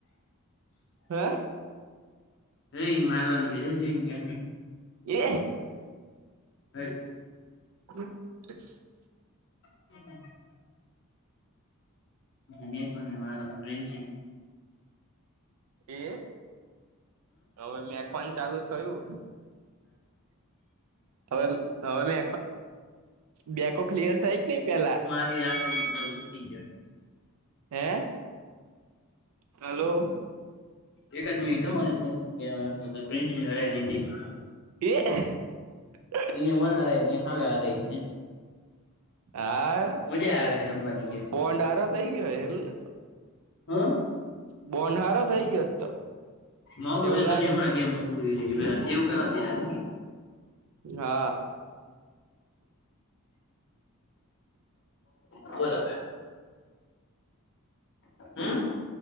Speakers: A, on the right; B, on the left.
A: હે
B: રઈ ને મારવાની હ જોઈ ને
A: એ
B: હોઈ
A: <inaudible>
B: <inaudible> મે પણને મારો ફ્રેન્
A: એ હવે મેખવાન ચાલુ થયું હવે હવે મે બેકો ક્લિયર થાય કે નઈ પેલા
B: હું આ સાડવ જીતી જાય
A: હે હાલો
B: એક જ મિનિટ નલી પ્રિસમમ પ્રિન્સ ની હરાઈ દીધી
A: <inaudible>
B: એ મન હરાય હવે હરાને
A: હા
B: મજા આવે હ રમવાની કેમ
A: બોન્ડ હારો થઈ ગયો એમને
B: હ
A: બો અંધારો થઈ ગયો તો
B: મોકલું
A: એવું
B: એ તો
A: લાગે
B: ન હમણાં
A: છે
B: કેમ મોકું એ એ પેલા સેવ કરવા દયાર
A: હા
B: <unintelligible> <inaudible>